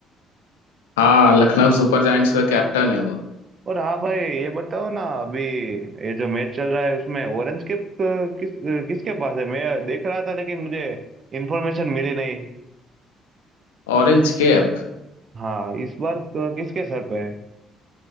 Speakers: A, on the left; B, on the right.
A: हाँ लखनऊ सुपर जायंट्स का कैप्टन है वो
B: और हाँ भाई ये बताओ ना अभी ये जो मैच चल रहा है उसमें ऑरेंज कैप क- किस किसके पास है मैं देख रहा था लेकिन मुझे इन्फॉर्मेशन मिली नहीं
A: Orange cap
B: हाँ इस बार क- किसके सर पे है